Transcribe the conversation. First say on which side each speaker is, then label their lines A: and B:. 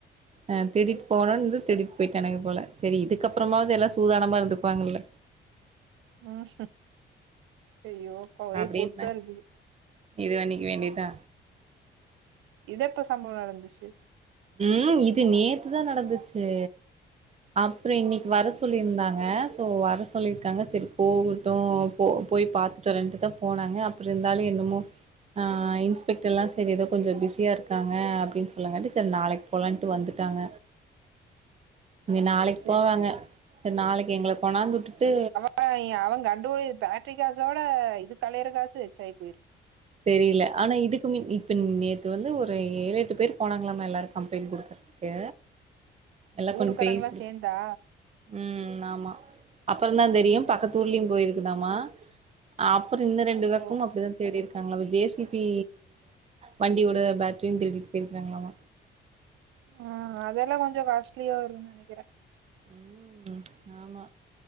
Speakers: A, on the right; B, on the right.
A: அ திருடிட்டு போனுனு இருந்துது திருடிட்டு போயிட்டானுங்க போல செரி இதுக்கு அப்பறமாவது எல்லா சூதானமா இருந்துப்பாங்கல்ல
B: ம் செய்யோ அப்பா ஓரே
A: அப்டின்னு
B: கூத்தா இருக்குது
A: இது வண்ணிக்க வேண்டியதா
B: இது எப்ப சம்பவோ நடந்துச்சு
A: ம் இது நேத்துதா நடந்துச்சு அப்றோ இன்னைக்கு வர சொல்லியிருந்தாங்க ஸோ வர சொல்லியிருக்காங்க செரி போகட்டு போ போய் பாத்துட்டு வரேன்ட்டு தா போனாங்க அப்பறோ இருந்தாலு என்னமோ ஆ இன்ஸ்பெக்ட் எல்லா சரி ஏதோ கொஞ்சோ பிஸியா இருக்காங்க அப்டின் சொல்லாங்கட்டி சர் நாளைக்கு போலான்ட்டு வந்துட்டாங்க இங்க நாளைக்கு
B: சரி
A: போவாங்க
B: சரி சரி
A: செரி நாளைக்கு எங்கல கொணாந்து வுட்டுட்டு
B: <unintelligible> அவங் கண்டுபுடி பேட்ரி காசோட இது கலையிற காசு எச்சாயி போயிருக்கு
A: தெரியல ஆனா இதுக்கு மின் இப்ப நேத்து வந்து ஒரு ஏழு எட்டு பேர் போனாங்களாமா எல்லாரு கம்ப்ளைண்ட் குடுக்க கே எல்லா
B: ஊருக்காரங்களாம்
A: கொண்டு போய் முடுச்ட்டு
B: சேர்ந்தா
A: ம் ஆமா அப்புறதா தெரியும்
B: சரி
A: பக்கத்துர்லயும் போயிருக்குதாமா ஆ அப்றோ இன்னு ரெண்டு
B: ஓ
A: பக்கமு அப்டிதா தேடிருக்காங்ளா விஜேஸ் இப்பி வண்டியோட பேட்ரியு திருடிட் போயிருக்கிறாங்ளாமா
B: ஆ அதெல்லா கொஞ்சோ காஸ்ட்லியா வருன்னு நெனைக்குறே
A: ம் ஆமா